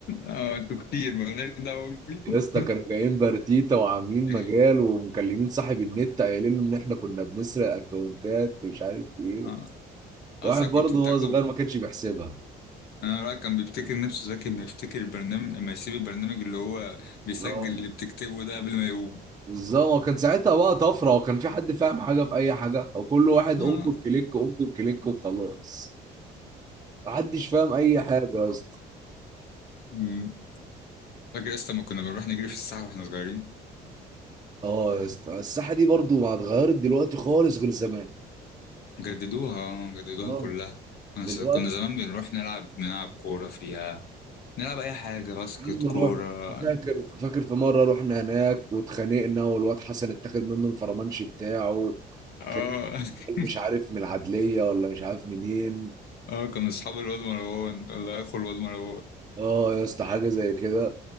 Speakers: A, on the left; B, on the right.
A: اه انتوا كتير مالناش دعوه بيكم
B: يا اسطى كانوا جايين بارتيتا وعاملين
A: <laughs>
B: مجال ومكلمين صاحب النت قايلين له ان احنا كنا بنسرق اكونتات ومش عارف ايه
A: اه اصلا
B: الواحد برضه
A: كنت بتاخده
B: هو صغير ما كانش بيحسبها
A: انا رأيي كان بيفتكر نفسه ذكي ما يفتكر البرنامج ما يسيب البرنامج اللي هو بيسجل
B: اه
A: اللي بتكتبه ده قبل ما يقوم
B: بالظبط وكان ساعتها بقى طفره وكان في حد فاهم حاجه في اي حاجه وكل واحد
A: اه
B: انكر كليك انكر كليك وخلاص محدش فاهم اي حاجه يا اسطى
A: <laughs> فاكر يا اسطى ما كنا بنروح نجري في الساحة واحنا صغيرين
B: اه يا اسطى. الساحه دي برضو ما اتغيرت دلوقتي خالص غير زمان
A: جددوها جددوها
B: اه
A: كلها كنا
B: دلوقتي
A: س- كنا زمان بنروح نلعب نلعب كورة فيها نلعب أي حاجة باسكت
B: عم نروح
A: كورة
B: فاكر فاكر في مره رحنا هناك واتخانقنا والواد حسن اتاخد منه الفرمانش بتاعه
A: اه
B: اتخانقنا
A: <laughs>
B: مش عارف من العدليه ولا مش عارف منين
A: اه كنا أصحاب الواد مروان ولا أخو الواد مروان
B: اه يا اسطى حاجه زي كده